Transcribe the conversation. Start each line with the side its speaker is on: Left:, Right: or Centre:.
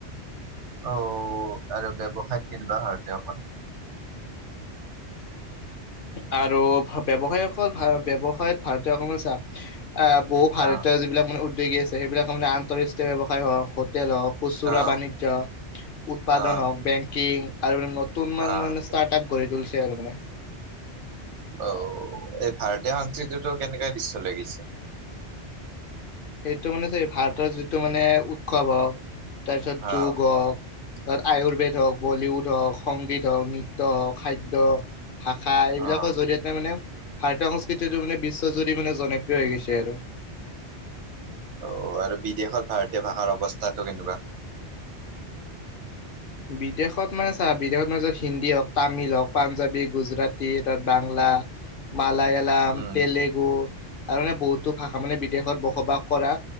Right: অ আৰু ব্যৱসায়ত কেনে কোৱা হয় অকল।
Left: আৰু ব্যৱসায়ীসকল ভ ব্যৱসায়ত ভাৰতীয় ক বহু
Right: অ',
Left: ভাৰতৰ যিবিলাক মানে উদগী আছে সেইবিলাক মানে আন্তঃৰাষ্টীয় ব্যৱসায় হওক হোটেল হওক। খুচুৰা
Right: অ',
Left: বাণিজ্য উৎপাদন
Right: অ',
Left: হওক বেংকিং আৰু নতুন
Right: অ',
Left: ষ্টাৰ্ট আপ, কঢ়ি তুলিছে আৰু মানে,
Right: অ এই ভাৰতীয় সংস্কৃতিটো কেনেকে বিশ্ব লৈ গৈছে,
Left: সেইটো মানে চ ভাৰতৰ যিটো মানে উৎসৱ হওক, তাৰপিছত
Right: অ',
Left: যোগ হওক, তাত আয়ুৰ্বেদ হওক, বলীউড হওক, সংগীত হওক, নৃত্য হওক, খাদ্য ভাষা এইবিলাকৰ
Right: অ',
Left: জৰিয়তে মানে ভাৰতীয় সংস্কৃতিটো মানে বিশ্বজুৰি মানে জনপ্ৰিয় হৈ গৈছে আৰু
Right: অ আৰু বিদেশত ভাৰতীয় ভাষাৰ অৱস্থাতটো কেনেকুৱা। <inaudible>
Left: বিদেশত মানে চা বিদেশত মানত হিন্দী হওক, তামিল হওক, পাঞ্জাৱী, গুজৰাটী তাত বাংলা। মালায়ালম,
Right: উম।
Left: তেলেগু আৰু এই বহুতো ভাষা মানে বিদেশত বসবাস কৰা।